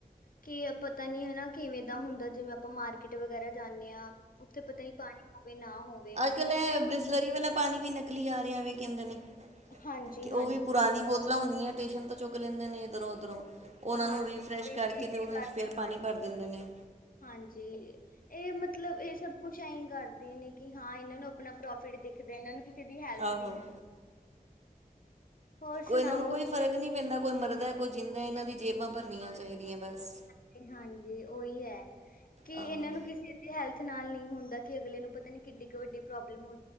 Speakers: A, on the left; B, on the right.
A: ਕੀ ਐ ਪਤਾ ਨੀ ਹੈਨਾ ਕਿਵੇਂ ਦਾ ਹੁੰਦੈ, ਜਿਵੇਂ ਅਪਾਂ ਮਾਰਕੀਟ ਵਗੈਰਾ ਜਾਨੇ ਆਂ ਉਥੇ ਪਤਾ ਨੀ ਪਾਣੀ ਹੋਵੇ, ਨਾ ਹੋਵੇ।
B: ਅੱਜ-ਕੱਲ ਐ ਬ੍ਰਿਸਲਰੀ ਵਾਲਾ ਪਾਨੀ ਵੀ ਨਕਲੀ ਆ ਰੇਆ ਵੇ ਕੈਂਦੇ ਨੇ,
A: ਹਾਂਜੀ
B: ਕਿ
A: ਹਾਂਜੀ
B: ਓ ਵੀ ਪੁਰਾਨੀ ਬੋਤਲਾਂ ਹੁੰਦੀਐਂ ਟੇਸ਼ਨ ਤੋਂ ਚੁੱਕ ਲੈਂਦੇ ਨੇ, ਇੱਦਰੋਂ ਉਦਰੋ। ਓਨਾਂ
A: ਹਾਂਜੀ
B: ਨੂੰ ਰੀਫਰੈਸ਼
A: ਉਹੀ
B: ਕਾਰਕੇ,
A: ਰੀਫਿਲ
B: ਤੇ ਓਨਾਂ
A: ਕਰਕੇ
B: ਚ ਫੇਰ ਪਾਨੀ
A: ਹਾਂਜੀ
B: ਭਾਰ ਦੇਂਦੇ ਨੇ।
A: ਹਾਂਜੀ। ਏ ਮਤਲਬ ਏ ਸਭ ਕੁਛ ਐਈਂ ਕਰਦੇ ਨੇ, ਕੀ ਹਾਂ ਏਨਾਂ ਨੂੰ ਆਪਣਾ ਪ੍ਰੋਫਿਟ ਦਿਖਦਾ ਏਨਾਂ ਨੂੰ। ਦੀ ਹੈਲਥ
B: ਆਹੋ
A: ਦੀ। ਹੋਰ
B: ਕੋਈ
A: ਸੁਣਾਓ
B: ਏਨਾਂ ਨੂੰ ਕੋਈ ਫਰਕ ਨੀ ਪੈਂਦਾ ਕੋਈ ਮਰਦਾ ਕੋਈ ਜਿੰਦਾ, ਏਨਾਂ ਦੀ ਜੇਬਾਂ ਭਰਨੀਆਂ ਚਾਈਦੀਆਂ ਬਸ।
A: ਤੇ ਹਾਂਜੀ ਓਈ ਐ ਕਿ
B: ਆਹੋ
A: ਏਨਾਂ ਨੂੰ ਕਿਸੇ ਹੈਲਥ ਨਾਲ ਨੀ ਹੁੰਦਾ ਕੀ ਅਗਲੇ ਨੂੰ ਪਤਾ ਨੀ ਕਿੱਡੀ ਕੀ ਵੱਡੀ ਪ੍ਰੋਬਲਮ ਹੋ